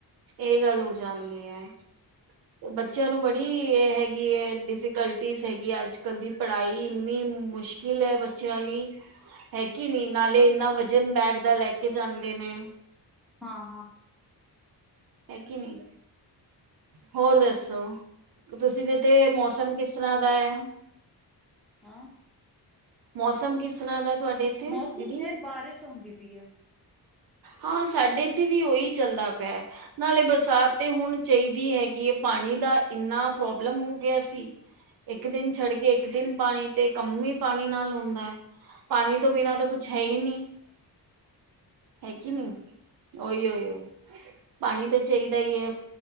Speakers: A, on the right (about 60°); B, in the centre.
A: ਇਹ ਗੱਲ ਹੋ ਜਾਂਣਦੀ ਹੈ ਤੇ ਬੱਚਿਆਂ ਨੂੰ ਬੜੀ ਇਹ ਹੈਗੀ ਹੈ ਡਿਫੀਕਲਟ ਜ਼ ਹੈਗੀ ਅੱਜ ਕੱਲ੍ਹ ਦੀ ਪੜ੍ਹਾਈ ਇੰਨੀ ਮੁਸ਼ਕਿਲ ਐ ਬੱਚਿਆਂ ਲਈ। ਹੈਗੀ ਨੀਂ ਨਾਲੇ ਇੰਨਾ ਵਜ਼ਨ ਬੈਗ ਦਾ ਲੈ ਕੇ ਜਾਂਦੇ ਨੇਂ।
B: ਹਾਂ ਹਾਂ।
A: ਹੈਗੀ ਨੀ ਹੋਰ ਦੱਸੋ? ਤੁਸੀਂ ਦੇ ਤੇ ਮੌਸਮ ਕਿਸ ਸਰਾ ਦਾ ਹੈ
B: ਹੈਂ,
A: ਮੌਸਮ ਕਿਸ ਤਰ੍ਹਾਂ ਦਾ? ਤੁਹਾਡੇ ਇੱਥੇ
B: ਮੌਸਮ
A: ਦੀਦੀ
B: ਫਿਰ ਬਾਰਿਸ਼ ਆਉਂਦੀ ਪਈ ਹੈ,
A: ਹਾਂ ਸਾਡੇ ਤੇ ਵੀ ਉਹੀ ਚੱਲਦਾ ਪਿਆ ਨਾਲੇ ਬਰਸਾਤ ਤੇ ਹੁਣ ਚਾਹੀਦੀ। ਦੀ ਹੈਗੀ ਹੈ ਪਾਣੀ ਦਾ ਇੰਨਾ ਪ੍ਰੋਬਲਮ ਹੋ ਗਿਆ ਸੀ ਇੱਕ ਦਿਨ ਛੱਡ ਕੇ, ਇੱਕ ਦਿਨ ਪਾਣੀ ਤੇ ਕੰਮ ਹੀ ਪਾਣੀ ਨਾਲ ਹੁੰਦਾ ਹੈ। ਪਾਣੀ ਤੋਂ ਬਿਨਾ ਤਾਂ ਕੁੱਛ ਹੈ ਹੀ ਨੀ ਹੈ ਕੀ ਨਹੀਂ, ਉਹੀ-ਉਹੀ ਪਾਣੀ ਤਾਂ ਚਾਹੀਦਾ ਹੀ ਹੈ,